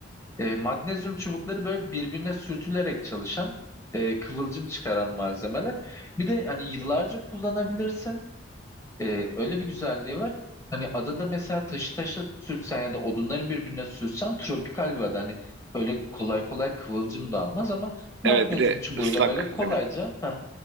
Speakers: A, on the left; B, on the right.
A: E, magnezyum çubukları böyle birbirine sürtülerek çalışan e, kıvılcım çıkaran malzemeler. Bir de hani yıllarca kullanabilirsin. Ee, öyle bir güzelliği var. Hani adada mesela taşı taşa sürtsen ya da odunları birbirine sürtsen tropikal bir ada. Hani böyle kolay kolay kıvılcım da almaz ama magnezyum
B: Evet bir de
A: çubuğuyla
B: ıslak
A: böyle kolayca
B: zemin.
A: ha,